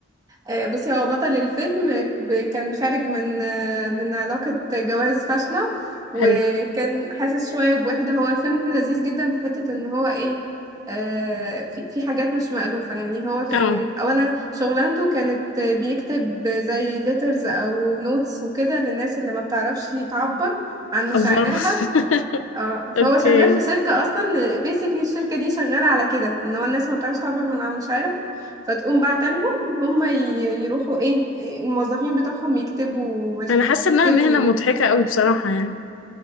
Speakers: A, on the right; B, on the left.
A: آه، بصي هو بطل الفيلم ب- كان خارج من آه، من علاقه جواز فاشله وكان
B: حلو
A: حاسس شويه بوحده هو الفيلم لذيذ جدا في حته ان هو ايه آه، في في حاجات مش مألوفة يعني هو كان
B: اه
A: أولا شغلانته كانت بيكتب زي letters أو notes وكده للناس اللي ما بتعرفش تعبر عن مشاعرها
B: الله <laughs>
A: اه فهو
B: اوكي
A: شغال في شركة اصلا بيسكلي الشركة دي شغالة على كده ان هو الناس ما بتعرفش تعبر من عن مشاعرها فتقوم بعت لهم هم ي- يروحوا ايه الموظفين بتوعهم يكتبوا مش
B: انا حاسة
A: يكتبوا
B: انها مهنة مضحكة قوي بصراحة يعني